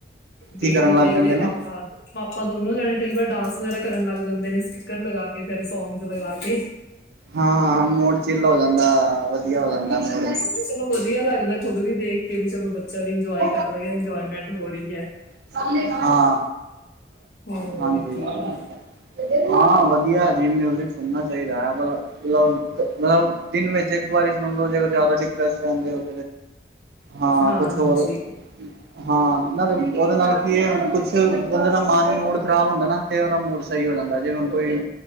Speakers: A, on the left (about 65°); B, on the right (about 65°).
A: ਬੇਟੀ
B: ਕੀ ਕਰਨ ਲੱਗ
A: ਤੇ ਇਦੇ
B: ਜਾਂਦੇ
A: ਪਾਪਾ
B: ਨੇ
A: ਪਾਪਾ ਦੋਨੋ ਜਾਣੇ ਕਈ ਵਾਰ ਡਾਂਸ ਵਗੈਰਾ ਕਰਨ ਲੱਗਦੇ। ਲੱਗਦੇ ਨੇ ਸਪੀਕਰ ਲਗਾ ਕੇ ਫੇਰ ਸੌਂਗਜ਼ ਲਗਾ ਕੇ।
B: ਹਾਂ ਹਾਂ ਮੂਡ ਚਿੱਲ ਹੋ ਜਾਂਦਾ ਵਧੀਆ ਹੋ ਜਾਂਦਾ ਮੂਡ।
A: ਨਹੀਂ ਚਲੋ ਵਧੀਆ ਲੱਗਦਾ ਖੁਦ ਵੀ ਦੇਖ ਕੇ ਵੀ ਚਲੋ।
B: <unintelligible>
A: ਵੀ ਇੰਜੋਏ ਕਰ ਰਿਹਾ ਇੰਜੋਇਮੈਂਟ ਹੋ ਰਹੀ ਹੈ
B: ਹਾਂ
A: ਹੋਰ
B: ਹਾਂਜੀ।
A: ਕੀ
B: ਹਾਂ ਵਧੀਆ ਜੀ ਮਿਊਜਿਕ ਸੁਣਨਾ ਚਾਹੀਦਾ ਐ ਵਾਲਾ। ਮਤਲਬ ਮਤਲਬ ਦਿਨ ਵਿੱਚ ਇੱਕ ਵਾਰੀ ਸੁਣ ਲਓ ਜੇਕਰ ਜ਼ਿਆਦਾ ਡਿਪਰੈਸ ਰਹਿੰਦੇ ਹੋ। ਹਾਂ
A: ਹਾਂਜੀ।
B: ਕੁਛ ਹੋਰ ਹਾਂ ਨਾਲੇ ਉਹਦੇ ਨਾਲ ਕੀ ਹੈ ਕੁਛ ਬੰਦੇ ਦਾ ਮਨ ਮੂਡ ਖ਼ਰਾਬ ਹੁੰਦਾ ਨਾ। ਤੇ ਉਹਦਾ ਮੂਡ ਸਹੀ ਹੋ ਜਾਂਦਾ ਜਿਵੇਂ ਹੁਣ ਕੋਈ